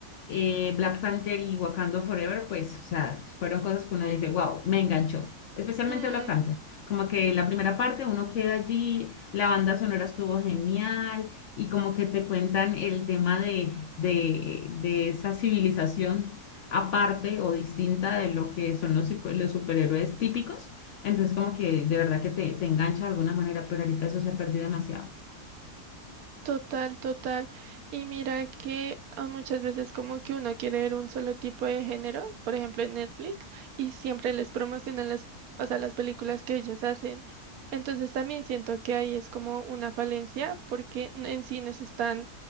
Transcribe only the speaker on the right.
Hmm,
Total, total. Y mira que ah, muchas veces como que uno quiere ver un solo tipo de género, por ejemplo en Netflix, y siempre les promocionan las, o sea, las películas que ellos hacen. Entonces también siento que ahí es como una falencia porque n- en sí no se están